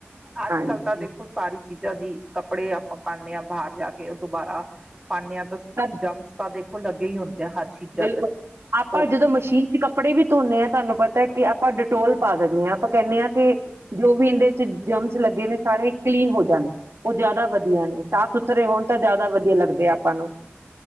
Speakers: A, on the right; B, on the right.
A: ਅੱਜ
B: ਹਾਂਜੀ
A: ਕੱਲ ਤਾਂ ਦੇਖੋ ਸਾਰੀ ਚੀਜ਼ਾਂ ਦੀ ਕੱਪੜੇ ਆਪਾਂ ਪਾਦੇ ਆਾਂ ਬਾਹਰ ਜਾ ਕੇ ਉਹ ਦੁਬਾਰਾ ਪਾਉਂਨੇ ਆ ਬਸ
B: ਸਭ
A: ਜਮਸਤਾ ਦੇ ਫੁੱਲ ਲੱਗੇ ਹੀ ਹੁੰਦੇ ਆ ਹਰ ਚੀਜ਼ਾਂ
B: ਬਿਲਕੁਲ
A: ਤੇ
B: ਆਪਾਂ
A: ਤ
B: ਜਦੋਂ ਮਸ਼ੀਨ ਚ ਕੱਪੜੇ ਵੀ ਧੋਂਦੇ ਹਾਂ ਤੁਹਾਨੂੰ ਪਤਾ ਕਿ ਆਪਾਂ ਡਿਟੋਲ ਪਾ ਦਦੇ ਆਾਂ। ਆਪਾਂ ਕਹਿੰਦੇ ਹਾਂ ਕਿ ਜੋ ਵੀ ਇਹਦੇ ਜਰਮ੍ਸ ਲੱਗੇ ਨੇ ਸਾਰੇ ਕਲੀਨ ਹੋ ਜਾਣ ਉਹ ਜ਼ਿਆਦਾ ਵਧੀਆ ਨੇ ਸਾਫ਼ ਸੁਥਰੇ ਹੋਣ ਤਾਂ ਜ਼ਿਆਦਾ ਵਧੀਆ ਲੱਗਦੇ ਆਪਾਂ ਨੂੰ